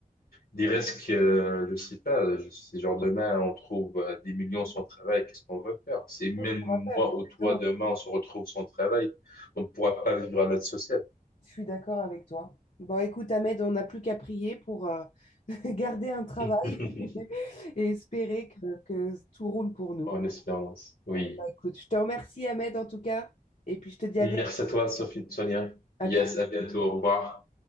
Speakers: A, on the left; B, on the left.
A: Des risques, euh, je sais pas, je sais, genre demain, on trouve euh, des millions sans travail, qu'est-ce qu'on va faire? C'est
B: C'est
A: même
B: ce qu'on va faire,
A: moi
B: exactement.
A: ou toi, demain, on se retrouve sans travail, on ne pourra pas vivre à l'aide sociale.
B: Je suis d'accord avec toi. Bon, écoute, Ahmed, on n'a plus qu'à prier pour euh, <laughs> garder un travail
A: <laughs>
B: <laughs> et espérer que, que tout roule pour nous.
A: En espérance, oui.
B: Eh ben, écoute, je te remercie, Ahmed, en tout cas, et puis je te dis
A: Merci
B: à bien-
A: à toi, Sophie, Sonia.
B: à
A: Yes,
B: bientôt.
A: à bientôt, au revoir.